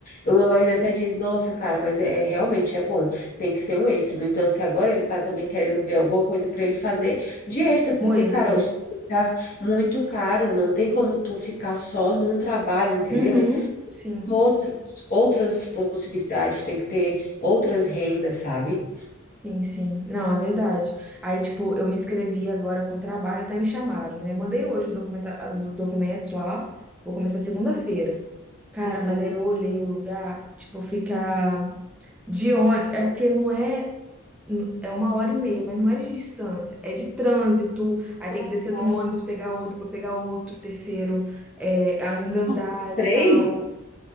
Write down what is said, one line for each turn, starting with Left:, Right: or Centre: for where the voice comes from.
Left: o meu marido até diz, nossa, cara, mas é é, realmente é bom, tem que ser um extra. No entanto, que agora ele tá também querendo ver alguma coisa para ele fazer de extra, porque,
Centre: um extra.
Left: cara, hoje tá muito caro, não tem como tu ficar só num trabalho, entendeu?
Centre: Uhum, sim,
Left: Outros, outras possibilidades, tem que ter outras rendas, sabe?
Centre: sim, sim. Não, é verdade. Aí, tipo, eu me inscrevi agora com trabalho, até me chamaram, né? Mandei hoje o documenta- os documentos lá, vou começar segunda-feira. Cara,
Left: Uhum.
Centre: mas aí eu olhei o lugar, tipo, ficar de ônibus. É porque não é. N- É uma hora e meia, mas não é de distância, é de trânsito. Aí tem
Left: Ah,
Centre: que descer
Left: tá.
Centre: do ônibus, pegar outro, para pegar outro, terceiro, é, ainda andar
Left: Nossa, são Três?
Centre: e tal.